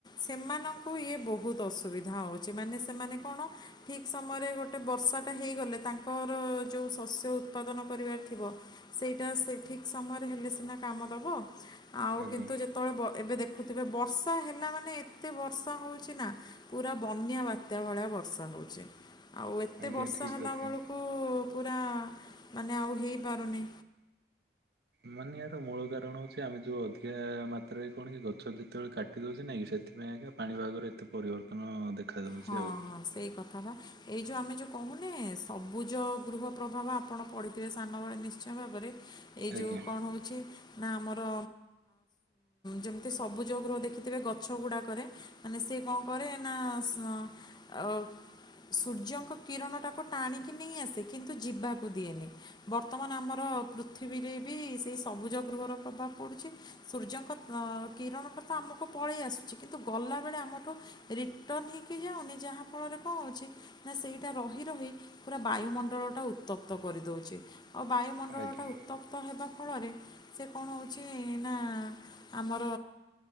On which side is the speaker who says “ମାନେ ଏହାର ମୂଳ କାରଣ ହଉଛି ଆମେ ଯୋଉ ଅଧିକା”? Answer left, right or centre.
Right